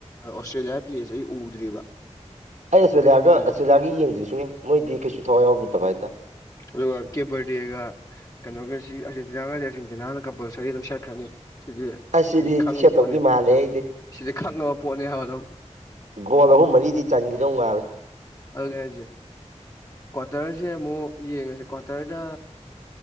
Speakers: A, on the left; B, on the right.
A: ꯑꯣꯁꯇ꯭ꯔꯦꯂꯤꯌꯥ ꯄ꯭ꯂꯦꯁꯦ ꯑꯩ ꯎꯗ꯭ꯔꯤꯕ
B: ꯑꯩ ꯑꯁꯇ꯭ꯔꯦꯂꯤꯌꯥꯒ
A: ꯑꯗꯨ
B: ꯑꯁꯇꯦꯂꯤꯌꯥꯒꯤ ꯌꯦꯡꯗ꯭ꯔꯤ ꯁꯨꯡꯉꯦꯡ ꯃꯣꯏꯗꯤ ꯀꯩꯁꯨ ꯊꯋꯥꯏ ꯌꯥꯎꯔꯨꯗꯕ ꯍꯥꯏꯇꯥꯏ
A: ꯑꯗꯨ ꯀꯦ ꯚꯔꯗꯦꯒ ꯀꯩꯅꯣꯒꯁꯤ ꯑꯥꯔꯖꯦꯟꯇꯤꯅꯥꯒꯗꯤ ꯑꯥꯔꯖꯦꯟꯇꯤꯅꯥꯅ ꯀꯝꯄꯜꯁꯔꯤ ꯑꯗꯨꯝ ꯁꯦꯠꯈ꯭ꯔꯅꯤ ꯁꯤꯗꯤ
B: ꯑꯁ
A: ꯈꯪꯉ
B: ꯁꯦꯠꯇꯧꯗꯤ
A: ꯄꯣꯠꯅꯤ
B: ꯃꯥꯜꯂꯦ ꯑꯩꯗꯤ
A: ꯁꯤꯗꯤ ꯈꯪꯉꯕ ꯄꯣꯠꯅꯤ ꯍꯥꯏꯕ ꯑꯗꯨꯝ
B: ꯒꯣꯜ ꯑꯍꯨꯝ ꯃꯔꯤꯗꯤ ꯆꯟꯒꯤꯗꯧ ꯃꯥꯜꯂꯦ
A: ꯑꯗꯨꯅꯦ ꯍꯥꯏꯁꯦ ꯀ꯭ꯋꯥꯇꯔꯁꯦ ꯑꯃꯨꯛ ꯌꯦꯡꯉꯁꯤ ꯀ꯭ꯋꯥꯇꯔꯗ